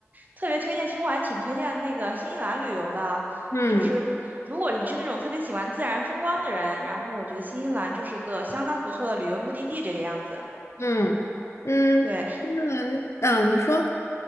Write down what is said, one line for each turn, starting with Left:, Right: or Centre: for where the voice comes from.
Right: 特别推荐，其实我还挺推荐那个新西兰旅游的，
Left: 嗯
Right: 就是不，如果你是那种特别喜欢自然风光的人，然后我觉得新西兰就是一个相当不错的旅游目的地，这个样子。
Left: 嗯嗯，
Right: 对，
Left: 新西兰嗯，你说，